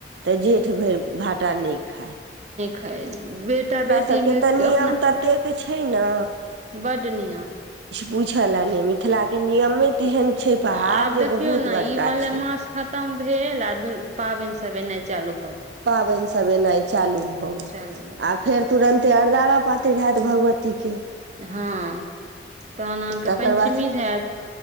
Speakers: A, on the right; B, on the right.
A: तऽ जेठ भरि भाटा नीक खाय
B: अइछ बेटा बेटी
A: सबके
B: मे
A: नियम
B: अपना
A: ततेक तऽ छै न,
B: बड नियम।
A: बुझल या ने मिथिला के नियमे तेहन छै पहाड़
B: आब
A: जे
B: देखियौ
A: बहुत
B: ने
A: बड़का
B: ई मले
A: छै
B: मास खतम भेल आ पाबनि सब एनाइ चलू।
A: पाबैन सबबे इनाय चालू बहुत,
B: चालू भऽ गेल
A: आ फेर तुरन्त ते अरदारा पातैर हैत भगवती के
B: हँ तहन अहाँके
A: तकर
B: पंचमी
A: बाद,
B: हैत